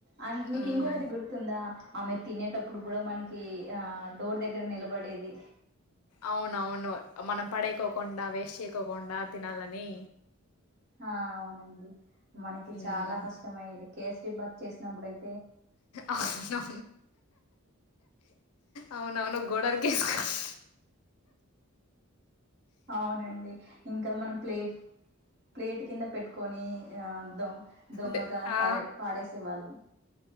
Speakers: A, on the right; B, on the left.
A: అన్ మీకి
B: మ్మ్
A: ఇంకొకటి గుర్తుందా ఆమె తినేటప్పుడు గుడా మనకి ఆ డోర్ దగ్గర నిలబడేది.
B: అవునవును మనం పడేకోకుండా, వేస్ట్ చేయకోకుండా తినాలని
A: హ అవునండి మనకి
B: మ్మ్
A: చాలా కష్టం అయ్యేది కేసరీబాత్ చేసినప్పుడుయి
B: అవునవును అవునవును గోడల్ గిస్ గిస్
A: అవునండి ఇంకా మనం ప్లేట్ ప్లేట్ కింద పెట్టుకొని ఆ దం దొంగగా
B: డే ఆ
A: పారె పాడేసే వాళ్ళం